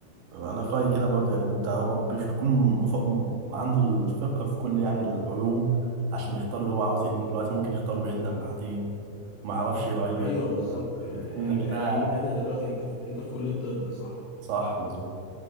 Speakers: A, on the right; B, on the left.
A: انا في رايي كده برضو يعني انت هو ما مش بيكون مف... م- عنده الفقه في كل يعني العلوم عشان يختار اللي هو عاوز ايه من دلوقتي ممكن يختار ويندم بعدين ما يعرفش يغير
B: ايوه بالظبط
A: آه،
B: يعني
A: بتكون
B: انت
A: لكنها
B: يعني انت دلوقتي انت في انت في كلية طب صح
A: صح مظبوط